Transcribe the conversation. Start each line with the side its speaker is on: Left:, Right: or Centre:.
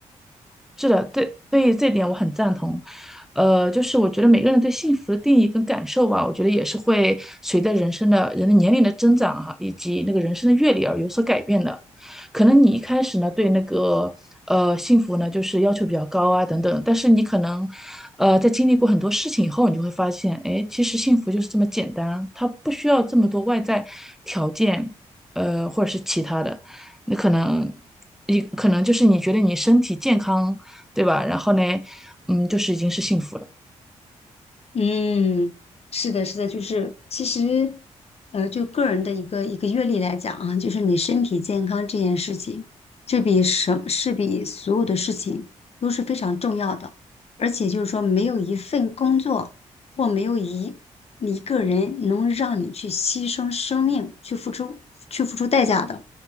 Centre: 是的，对，对于这点我很赞同。呃，就是我觉得每个人对幸福的定义跟感受吧，我觉得也是会随着人生的人的年龄的增长哈、以及那个人生的阅历而有所改变的。可能你一开始呢对那个呃幸福呢就是要求比较高啊等等，但是你可能呃在经历过很多事情以后，你就会发现，哎，其实幸福就是这么简单，它不需要这么多外在条件，呃或者是其他的。那可能你可能就是你觉得你身体健康对吧？然后呢，嗯，就是已经是幸福了。
Left: 嗯，是的，是的，就是其实，呃，就个人的一个一个阅历来讲啊，就是你身体健康这件事情，这比什是比所有的事情都是非常重要的，而且就是说，没有一份工作或没有一一个人能让你去牺牲生命去付出去付出代价的，